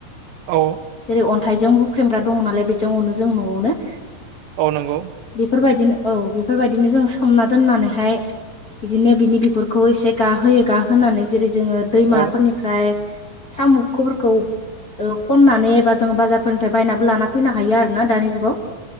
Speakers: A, on the right; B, on the left.
A: औ
B: जेरै अन्थाइजों हुख्रेमग्रा दङ नालाय बेजों अनो जों न'आवनो
A: औ नंगौ
B: बेफोरबायदिनो औ बेफोरबायदिनो जों सोमना दोननानैहाय बिदिनो बिनि बिगुरखौ एसे गाहोयो गाहोनानै जेरै जोङो दैमाफोरनिफ्राय
A: औ
B: साम'फोरखौ खननानै एबा जोङो बाजारफोरनिफ्राय बायनानैबो लाना फैनो हायो आरो ना दानि जुगाव